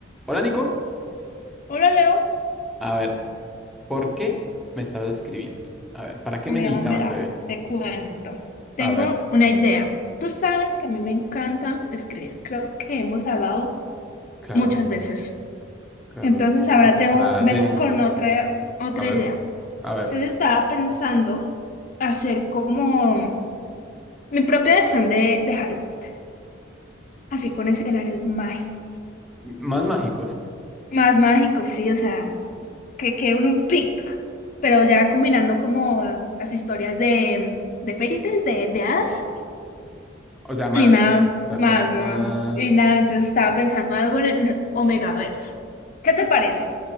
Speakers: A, in the centre; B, on the left.
A: Hola Nico,
B: Hola Leo,
A: a ver, ¿por qué me estabas escribiendo? A ver, ¿para qué
B: Leo,
A: me necesitabas,
B: mira,
A: bebé?
B: te cuento. Tengo
A: A ver,
B: una idea. Tú sabes que a mí me encanta escribir, creo que hemos hablado
A: claro,
B: muchas veces.
A: claro,
B: Entonces
A: tú-
B: ahora
A: tus
B: tengo,
A: entradas
B: vengo
A: en...
B: con otra, otra
A: A ver,
B: idea.
A: a ver,
B: Entonces estaba pensando hacer como mi propia versión de, de Harry Potter, así con escenarios mágicos.
A: más mágicos,
B: Más mágicos, sí, o sea, que quede un un pic, pero ya combinando como las historias de, de fairy tales, de, de hadas.
A: o sea, más,
B: Y nada
A: para
B: más,
A: tenerlo
B: nada.
A: más
B: Y nada, entonces estaba pensando algo en en Omegaverse. ¿Qué te parece?